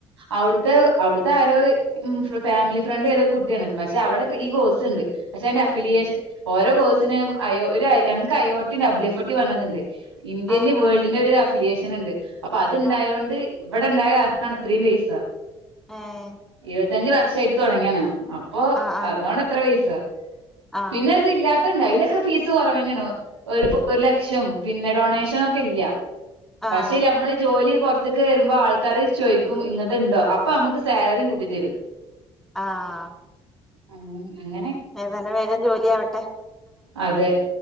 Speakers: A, on the right; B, in the centre.
A: അവ്ട്ത്തെ അവ്ട്ത്തെ ആരോ ഉംഹ് ഫാമിലി ഫ്രണ്ട് ഏതൊരു കുട്ടിയാണ് പക്ഷെ അവിടെൊക്കെ ഈ കോഴ്സ്ണ്ട് പക്ഷെ എന്റെ അഫിലിയേഷൻ ഓരോ കോഴ്സിനും അയഒരു ഞങ്ങക്ക് അയോട്ടി ഡബ്യു എഫ്ട്ടി പറയണന്ന്ണ്ട് ഇന്ത്യന്
B: ആഹ്
A: വേൾഡിന്നൊരു അഫിലിയേഷന്ണ്ട് അപ്പൊ അത്ണ്ടായൊണ്ട്
B: ആഹ്
A: ഇവിടെണ്ടായ കാരണാണ് ഇത്രയും പൈസ
B: ഏഹ്
A: ഇരുപത്തഞ്ച് വർഷായിട്ട് തൊടങ്ങിയാണ് അപ്പൊ
B: ആഹ് ആഹ്
A: അതാണിത്ര പൈസ
B: ആഹ്
A: പിന്നെ അത് ഇല്ലാത്തണ്ട് അതിലൊക്കെ ഫീസ് കൊറവന്നേണോ. ഒരു പ്പൊ ഒരു ലക്ഷം പിന്നെ ഡൊണേഷന ഒക്കെ ഇല്ല
B: ആഹ്
A: പക്ഷെ നമ്മള് ജോലി പോ ക്കെ വരുമ്പോൾ ആൾക്കാാര് ചോദിക്കും ഇങ്ങനത്തെ ഉണ്ടോ അപ്പൊ നമുക്ക് സാലറിയും കൂട്ടി തരും
B: ആ
A: ആ അങ്ങനെ
B: ഏതാലും വേഗം ജോലി ആവട്ടെ
A: അതെ